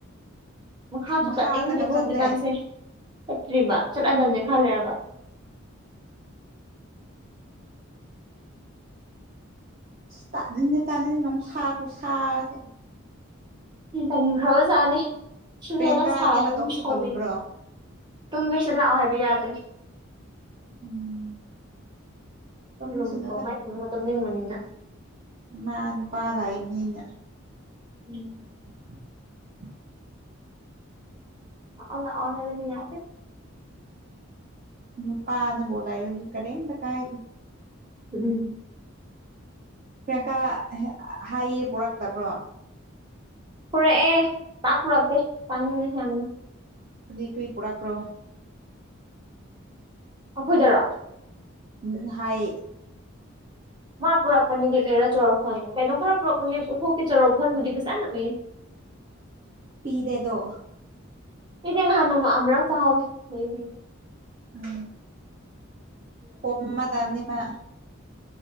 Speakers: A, on the right; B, on the right.
A: ꯃꯈꯥꯁꯨ
B: ꯃꯈꯥꯗꯒ
A: ꯆꯠꯅꯤꯡꯗ꯭ꯔꯔꯤꯕꯣ
B: ꯆꯠꯇꯦ
A: ꯍꯧꯖꯤꯛꯀꯥꯟꯁꯦ ꯆꯠꯇ꯭ꯔꯤꯕ ꯆꯠꯂꯗꯝꯕꯅꯦ ꯈꯜꯂꯦꯔꯕ
B: ꯇ ꯇꯥꯟ ꯅ ꯁꯒꯣ ꯁꯥꯁꯦ
A: ꯎꯅꯤ ꯈꯔꯖꯥꯅꯤ ꯁꯨꯝ
B: ꯄ꯭ꯔꯤꯌꯥꯡꯀꯥꯗꯤ
A: ꯍꯦꯟꯅ ꯁꯥꯏ
B: ꯃꯇꯣꯝꯇ
A: ꯑꯗꯨꯝ ꯁꯧ
B: ꯇꯨꯝꯕ꯭ꯔꯣ
A: ꯇꯨꯝꯃꯤꯁꯨ ꯂꯥꯛꯑꯣ ꯍꯥꯏꯕ ꯌꯥꯗ꯭ꯔꯦ
B: ꯎꯝ ꯇꯨꯝꯁꯅꯨꯗ
A: ꯎꯝ ꯀꯣꯃꯥꯏ ꯊ ꯃꯝꯅꯤ ꯅꯤꯡ ꯃꯅꯤꯅ
B: ꯃꯥꯅꯤ ꯄꯥ ꯂꯑꯅꯤꯅ
A: ꯎꯝ
B: <unintelligible>
A: ꯑꯣ ꯍꯕꯅꯤ ꯌꯥꯗꯦ
B: ꯃꯨ ꯄꯥꯅ ꯣꯂꯥꯏ ꯀꯔꯤꯝꯇꯥ ꯀꯥꯏꯗꯦ
A: ꯎꯝ
B: ꯄ꯭ꯌꯥꯡꯀꯥ ꯍꯥꯏꯌꯦ ꯄꯣꯔꯛꯇꯕ꯭ꯔꯣ
A: ꯐꯨꯔꯦ ꯑꯦ ꯄꯥꯛꯨꯔꯛꯗꯦ ꯇꯅꯤꯅꯦꯁꯤ ꯌꯥꯝꯝꯅ
B: ꯀ ꯀꯔꯤ ꯄꯨꯔꯛꯄ꯭ꯔꯣ
A: ꯑꯩꯈꯣꯏꯗꯔꯣ
B: ꯎꯝ ꯍꯥꯏ
A: ꯃꯥ ꯄꯨꯔꯛꯄꯅꯤ ꯀꯩꯀꯩꯔꯥ ꯆꯥꯎꯔꯥꯛꯐꯝ ꯀꯩꯅꯣ ꯈꯔ ꯄꯨꯔꯛꯄꯅꯤ ꯄꯨꯊꯣꯛꯇꯦ ꯆꯥꯎꯔꯥꯛꯐꯝꯕꯨꯗꯤ ꯐꯖꯅ ꯎꯏ
B: ꯄꯤꯗꯦꯗꯣ
A: ꯏꯗꯤ ꯅꯥꯅ ꯍꯅ ꯆꯥꯎ ꯅꯕ
B: ꯎꯝ ꯑꯣꯃꯗꯝꯅꯤꯃ